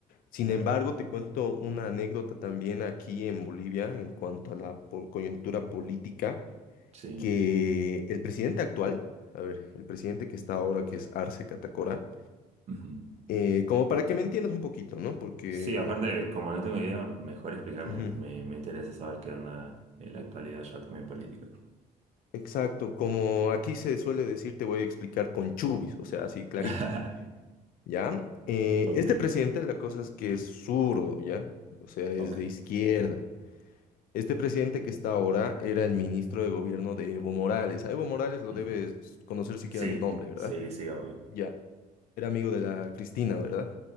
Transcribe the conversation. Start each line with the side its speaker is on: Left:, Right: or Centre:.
Left: Sin
Right: claro,
Left: embargo, te cuento una anécdota también aquí en Bolivia en cuanto a la po- coyuntura política,
Right: sí.
Left: que el presidente actual, a ver, el presidente que está ahora, que es Arce Catacora,
Right: ujú.
Left: eh, como para que me entiendas un poquito, ¿no? Porque...
Right: Sí, aparte, como no tengo idea, mejor explícame.
Left: ujú.
Right: Me, me interesa saber qué onda en la actualidad ya también política.
Left: Exacto, como aquí se suele decir, te voy a explicar con chubis, o sea, así clarito,
Right: <laughs>
Left: ¿ya? Eh,
Right: Ok,
Left: este presidente, la cosa es que es zurdo, ¿ya? O sea, es
Right: ok.
Left: de izquierda. Este presidente que está ahora era el ministro de gobierno de Evo Morales. A Evo Morales lo
Right: ujú.
Left: debes conocer siquiera
Right: Sí,
Left: el nombre, ¿verdad?
Right: sí, sí, obvio.
Left: Ya, era amigo de la Cristina, ¿verdad?